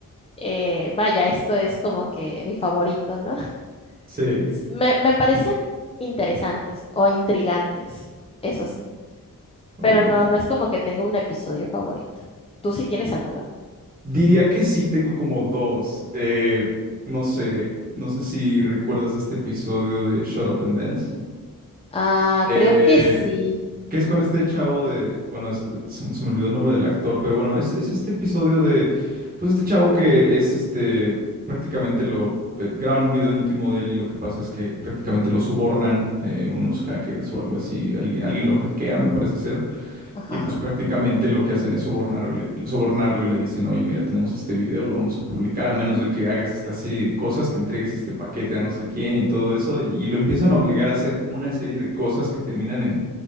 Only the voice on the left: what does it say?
eh, vaya, esto es como que mi favorito, ¿no? <laughs>
S- Me, me parecen interesantes o intrigantes, eso sí,
pero no, no es como que tenga un episodio favorito. ¿Tú sí tienes alguno?
Ah,
creo que sí.
Ajá.